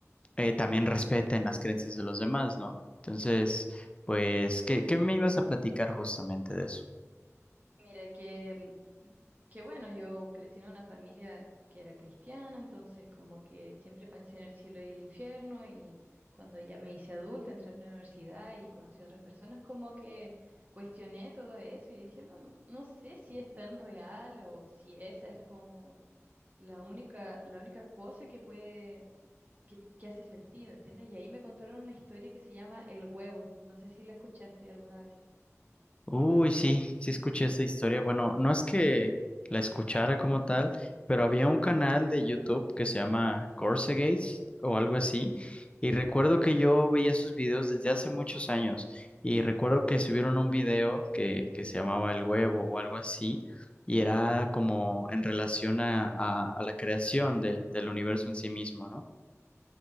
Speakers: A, on the left (about 20°); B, on the right (about 35°).
A: eh, también respeten las creencias de los demás, ¿no? Entonces, pues, ¿qué, qué me ibas a platicar justamente de eso?
B: Mira, que, mm, que bueno, yo crecí en una familia que era cristiana, entonces como que siempre pensé en el cielo y el infierno y cuando ya me hice adulta, entré a la universidad y conocí a otras personas, como que cuestioné todo eso y dije, no, no sé si es tan real o si esa es como la única, la única cosa que puede, que, que hace sentido, ¿entiendes? Y ahí me contaron una historia que se llama El Huevo, no sé si la escuchaste alguna vez.
A: Uy, sí, sí escuché esa historia. Bueno, no es que la escuchara como tal, pero había un canal de YouTube que se llama Gates o algo así. Y recuerdo que yo veía sus videos desde hace muchos años. Y recuerdo que subieron un video que, que se llamaba El huevo o algo así. Y era como en relación a, a- a la creación de- del universo en sí mismo, ¿no?